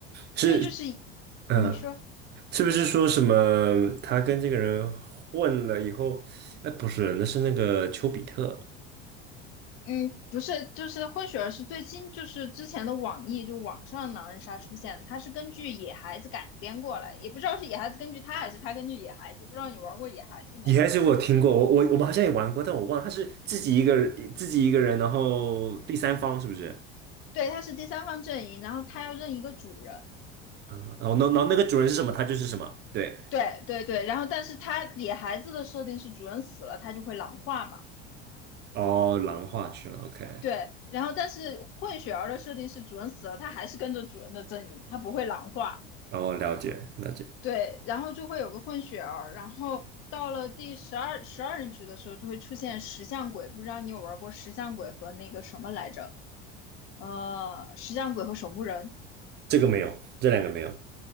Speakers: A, on the right; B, on the left.
A: 是，
B: 对，就是
A: 嗯，
B: 你说。
A: 是不是说什么他跟这个人混了以后？哎，不是，那是那个丘比特，
B: 嗯，不是，就是混血儿是最新，就是之前的网易就网上狼人杀出现的，它是根据野孩子改编过来，也不知道是野孩子根据他还是他根据野孩子，不知道你玩过野孩子没有？
A: 也还是我有听过，我我我们好像也玩过，但我忘了，他是自己一个人自己一个人，然后第三方是不是？
B: 对，他是第三方阵营，然后他要认一个主人，
A: 嗯，然后那然后那个主人是什么，他就是什么，对。
B: 对对对，然后但是他野孩子的设定是主人死了，他就会狼化嘛，
A: 哦，狼化去了，OK，
B: 对，然后但是混血儿的设定是主人死了，他还是跟着主人的阵营，他不会狼化。
A: 然后了解了解，
B: 对，然后就会有个混血儿，然后到了第十二十二人局的时候，就会出现石像鬼。不知道你有玩过石像鬼和那个什么来着？呃，石像鬼和守墓人。
A: 这个没有，这两个没有，